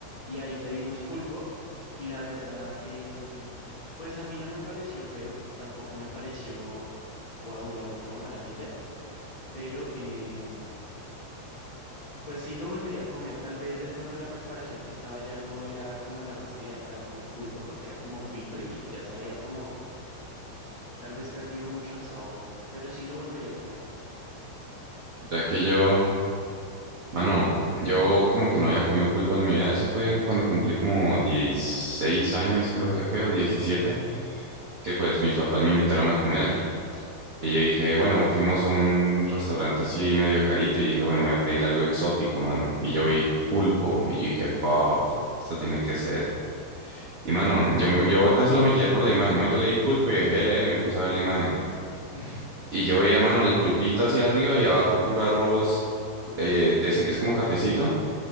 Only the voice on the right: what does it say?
Mira que yo, mano, yo como que no había comido pulpo en mi vida. Eso fue cuando cumplí como 16 años, creo que fue, o 17, que pues mis papás me invitaron a comer. Y yo dije, bueno, fuimos a un restaurante así medio carito y dije, bueno, voy a pedir algo exótico, mano. Y yo vi pulpo y yo dije, paf, esto tiene que ser. Y mano, yo, me- yo tan solo me guié por la imagen, ¿no? Yo leí pulpo y dejé de leer y me puse a ver la imagen.
Y yo veía, mano, el pulpito hacia arriba y abajo puro arroz co- eh, de ese que es como cafecito.